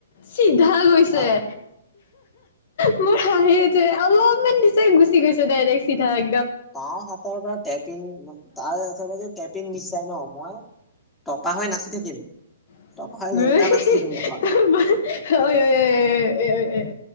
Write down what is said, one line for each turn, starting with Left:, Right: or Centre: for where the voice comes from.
Left: চিধাৈ। উ আ আ
Centre: অ
Left: আ উম । খাঁিে যে অলপমান। গুচি গৈছে ডাইৰেক্ট চিধাক।
Centre: তাৰ হাতৰ পৰা টেপিন তাৰচ টেপিন নিশ্চাই ন মই। তপা হৈ নাচি থাকিম।
Left: এ
Centre: টপা হৈ
Left: হঁ-হঁ-হঁ-হঁ-তাৰ
Centre: লেংটা
Left: মান-
Centre: নাচিম
Left: ঐ
Centre: মই
Left: ঐ ঐ - ঐ - ঐ